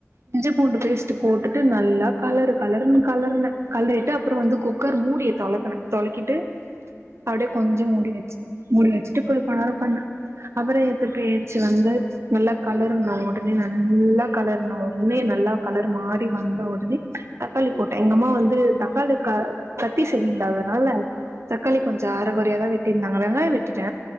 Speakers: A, on the right; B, in the centre.
A: இஞ்சி பூண்டு பேஸ்ட் போட்டுட்டு நல்லா கலரு கலருன்னு கலருன கலறிட்டு
B: சரி
A: அப்றோ வந்து
B: சரி.
A: குக்கர் மூடிய தொலக்குன தொலக்கிட்டு
B: ம்,
A: அப்டியே கொஞ்ச மூ மூடியாச்சி மூடி வச்சிட்டு போய் பாருப்பா ன அப்ற எதிர்க்க ஏஞ்சி வந்து நல்லா களர்ன
B: ம்,
A: ஒடனே நல்லா களர்ன ஒடனே நல்லா கலர் மாரி வந்த ஒடனே தக்காளி
B: ம்.
A: போட்ட எங்கம்மா வந்து தக்காளி க கத்தி செரியில்லாததனால தக்காளி
B: ம்.
A: கொஞ்ச அர கொறையாதா வெட்டிருந்தாங்க வெங்காய வெட்டிட்ட